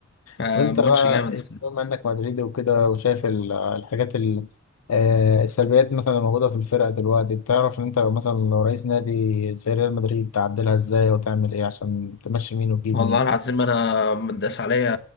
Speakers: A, on the left; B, on the left.
A: فماتش
B: طب انت بقى
A: جامد
B: إيه، بما انك مدريدي وكده وشايف ال- الحاجات ال- آه، السلبيات مثلا الموجودة في الفرقة دلوقتي تعرف ان انت لو مثلا لو رئيس نادي زي ريال مدريد تعدلها ازاي وتعمل ايه عشان تمشي مين وتجيب
A: والله
B: مين
A: العظيم انا متداس عليا